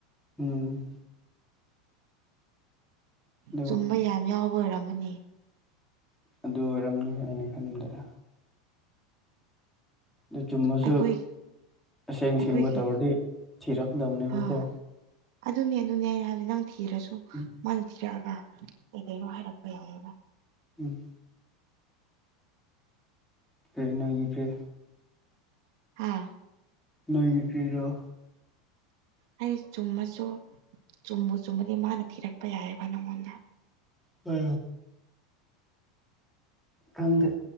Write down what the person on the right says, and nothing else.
ꯆꯨꯝꯕ ꯌꯥꯝ ꯌꯥꯎꯕ ꯑꯣꯏꯔꯝꯃꯅꯤ
ꯑꯩꯈꯣꯏ
ꯑꯩꯈꯣꯏꯒꯤ
ꯑꯥ ꯑꯗꯨꯅꯦ ꯑꯗꯨꯅꯦ ꯑꯩ ꯍꯥꯏꯗꯤꯦ ꯅꯪ ꯊꯤꯔꯁꯨ
ꯃꯅꯥ ꯊꯤꯔꯛꯑꯒ ꯀꯩ ꯀꯩꯅꯣ ꯍꯥꯏꯔꯛꯄ ꯌꯥꯏꯕ
ꯍꯥꯥ
ꯑꯩ ꯆꯨꯝꯃꯁꯨ ꯆꯨꯝꯕꯨ ꯆꯨꯝꯃꯗꯤ ꯃꯥꯅ ꯊꯤꯔꯛꯄ ꯌꯥꯏꯑꯕ ꯅꯪꯉꯣꯟꯗ